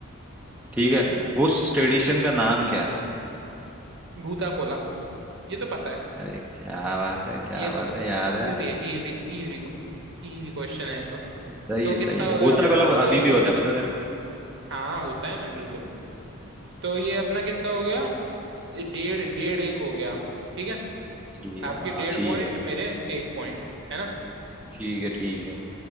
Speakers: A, in the centre; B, on the right.
A: ठीक
B: हम्म
A: है वो उस ट्रेडिशन का नाम क्या है
B: भूता कोला ये तो पता है
A: अरे क्या बात है क्या
B: ये
A: बात
B: तो पता
A: है
B: है
A: याद है
B: इजी है इजी इजी इजी क्वेश्चन है तो
A: सही
B: तो
A: है
B: कितना
A: सही है
B: हो गया
A: भूता
B: अपना
A: गलप
B: डेढ़
A: अभी भी होता है पता है तेरे को
B: हाँ होता है ना बिल्कुल तो ये अपना कितना हो गया डेढ़ डेढ़ एक हो गया ठीक है
A: ठीक
B: आपके
A: है हाँ
B: डेढ़
A: ठीक
B: पॉइंट
A: है
B: मेरे एक पॉइंट है ना
A: ठीक है ठीक है